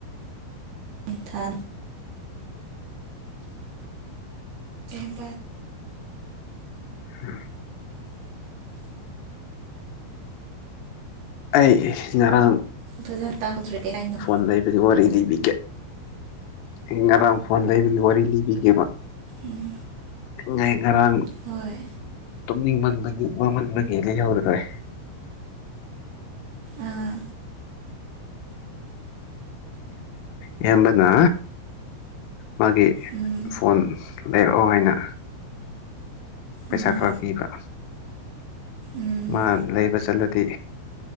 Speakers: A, on the right; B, on the left.
A: ꯊꯥ ꯀꯩꯕ
B: ꯎꯝ ꯑꯩ ꯉꯔꯥꯡ
A: ꯐꯖꯅ ꯇꯥꯍꯧꯗ꯭ꯔꯦ ꯀꯩ ꯍꯥꯏꯅꯣ
B: ꯐꯣꯟ ꯂꯩ ꯑꯗꯨꯏ ꯋꯥꯔꯤ ꯂꯤꯕꯤꯒꯦ ꯑꯩ ꯉꯔꯥꯡ ꯐꯣꯟ ꯂꯩꯕꯒꯤ ꯋꯥꯔꯤ ꯂꯤꯕꯤꯒꯦꯕ
A: ꯎꯝ
B: ꯑꯩ ꯉꯥꯏ ꯉꯔꯥꯡ
A: ꯍꯣꯏ
B: ꯇꯨꯝꯅꯤꯡ ꯃꯟꯕꯒꯤ ꯋꯥꯃꯟꯕꯒꯤ ꯂꯤꯍꯧꯗꯔꯦ
A: ꯑꯥ
B: ꯏꯌꯥꯝꯕꯅ ꯃꯥꯒꯤ
A: ꯎꯝ
B: ꯐꯣꯟ ꯂꯩꯔꯛꯑꯣ ꯍꯥꯏꯅ ꯄꯩꯁꯥ
A: ꯎꯝ
B: ꯈꯔ ꯄꯤꯕ
A: ꯎꯝ
B: ꯃꯥ ꯂꯩꯕ ꯆꯠꯂꯗꯤ